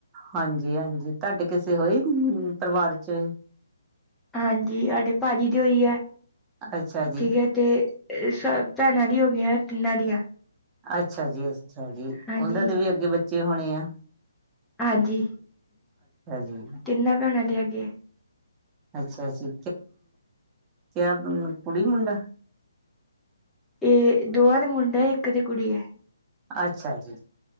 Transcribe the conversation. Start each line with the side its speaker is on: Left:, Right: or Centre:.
Right: ਹਾਂਜੀ ਹਾਂਜੀ ਤੁਹਾਡੇ ਕਿਸੇ ਹੋਈ ਪਰਿਵਾਰ ਵਿੱਚ
Centre: ਹਾਂਜੀ ਸਾਡੇ ਭਾਜੀ ਦੇ ਹੋਈ ਹੈ
Right: ਅੱਛਾ ਜੀ
Centre: ਠੀਕ ਹੈ ਤੇ ਸੱਤ ਭੈਣਾਂ ਦੀ ਹੋ ਗਈ ਐ, ਤਿੰਨਾਂ ਦੀ ਐ
Right: ਅੱਛਾ ਜੀ ਅੱਛਾ ਜੀ ਉਹਨਾਂ
Centre: ਹਾਂਜੀ
Right: ਦੇ ਵੀ ਅੱਗੇ ਬੱਚੇ ਹੋਣੇ ਐ
Centre: ਹਾਂਜੀ
Right: ਜੀ
Centre: ਤਿੰਨਾਂ ਭੈਣਾਂ ਦੇ ਹੈਗੇ ਐ
Right: ਅੱਛਾ ਜੀ ਕਿਆ ਕੁੜੀ ਮੁੰਡਾ
Centre: ਇਹ ਦੋਵਾਂ ਦੇ ਮੁੰਡਾ, ਇੱਕ ਦੇ ਕੁੜੀ ਹੈ
Right: ਅੱਛਾ ਜੀ